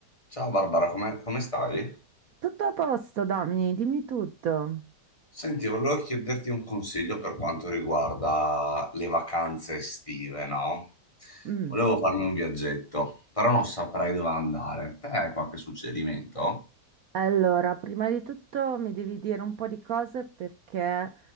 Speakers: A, on the left; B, on the right.
A: Ciao Barbara, come, come stai?
B: Tutto a posto, Domini, dimmi tutto.
A: Senti, volevo chiederti un consiglio per quanto riguarda le vacanze estive, no?
B: Mm.
A: Volevo farmi un viaggetto, però non saprei dove andare. Te hai qualche suggerimento?
B: Allora, prima di tutto mi devi dire un po' di cose perché